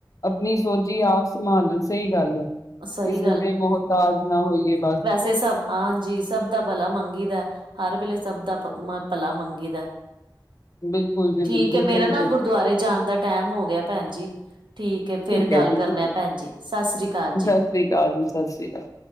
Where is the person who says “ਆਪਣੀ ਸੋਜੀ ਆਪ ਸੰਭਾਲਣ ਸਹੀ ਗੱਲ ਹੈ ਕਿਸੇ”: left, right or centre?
Left